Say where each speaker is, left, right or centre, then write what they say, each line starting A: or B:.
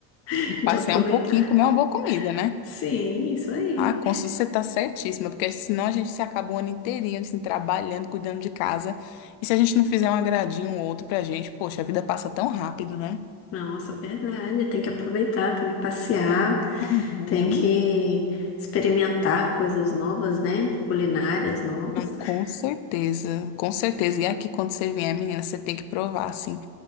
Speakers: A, on the left; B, on the left.
A: <laughs>
B: E passear
A: de aproveitar.
B: um pouquinho e comer uma boa comida, né?
A: Sim, isso aí.
B: Ah, Consul, você tá certíssima, porque senão a gente se acaba o ano inteirinho assim, trabalhando, cuidando de casa. E se a gente não fizer um agradinho ou outro pra gente, poxa, a vida passa tão rápido, né?
A: Nossa, verdade. Tem que aproveitar, tem que passear.
B: Uhum.
A: Tem que experimentar coisas novas, né? Culinárias novas.
B: Não, com certeza, com certeza. E aqui, quando você vier, menina, você tem que provar, assim.